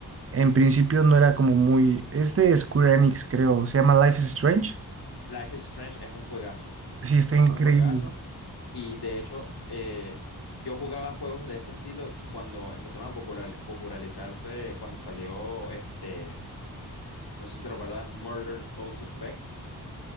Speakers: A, on the right; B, on the left.
A: en principio no era como muy... Es de Square Enix, creo. Se llama Life is Strange.
B: Life is Strange es un juegazo.
A: Sí, está
B: Es
A: increíble.
B: un juegazo. Y de hecho, eh, yo jugaba juegos de ese estilo cuando empezaron a popular- popularizarse, cuando salió este, no sé si recuerdas, Murder Soul Suspect.